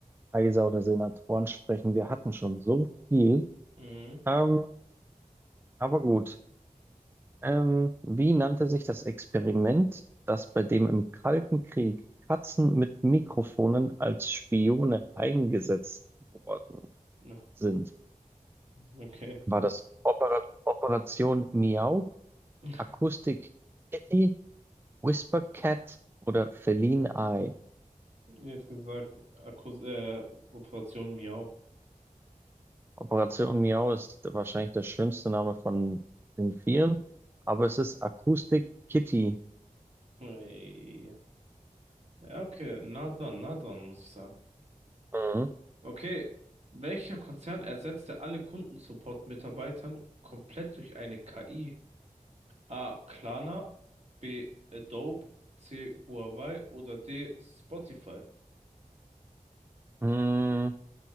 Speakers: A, on the right; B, on the right.
A: Kaiser oder Senatoren sprechen. Wir hatten schon so viel.
B: mhm.
A: Ähm, aber gut. Ähm, wie nannte sich das Experiment, das bei dem im Kalten Krieg Katzen mit Mikrofonen als Spione eingesetzt worden
B: Ja,
A: sind?
B: okay.
A: War das Opera Operation Miau,
B: <laughs>
A: Akustik Kitty, Whisper Cat oder Feline Eye?
B: Ihr hättet gesagt, Akkus äh, Operation Miau.
A: Operation Miau ist wahrscheinlich der schönste Name von den vieren, aber es ist Akustik Kitty.
B: Ey. Ja, okay, nah dran, nah dran, muss ich sagen.
A: Mhm.
B: Okay, welcher Konzern ersetzte alle Kundensupport-Mitarbeitern komplett durch eine KI? A. Klarna, B. Adobe, C. Huawei oder D. Spotify?
A: Hm,